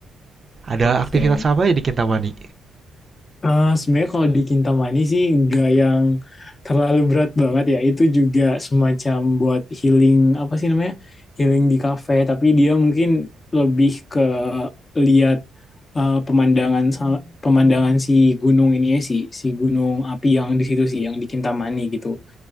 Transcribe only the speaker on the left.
Oke.
Eh, sebenarnya kalau di Kintamani sih nggak yang terlalu berat banget ya. Itu juga semacam buat healing apa sih namanya? Healing di kafe, tapi dia mungkin lebih ke lihat eh, pemandangan sa- pemandangan si gunung ini ya sih, si gunung api yang di situ sih, yang di Kintamani gitu.